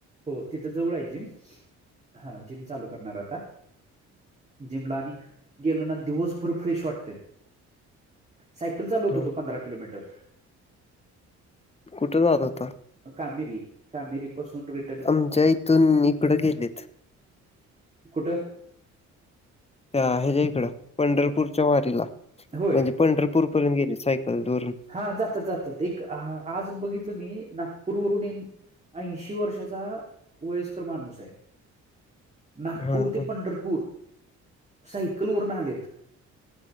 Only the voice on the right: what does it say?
हो तिथं जवळ आहे जिम हा जिम चालू करणार आता जिमला आणि गेल ना दिवसभूर फ्रेश वाटते सायकल चालव होत
होतो पंधरा किलोमीटर
कामिरी कामेरीपसून र
कुठं
होय
हा जातात जातात एक आज बघितलं मी नागपूर वून एक ऐंशी वर्षाचा वयस्कर माणूस आहे नागपूर
ते
पंढरपूर सायकल वरून आलेत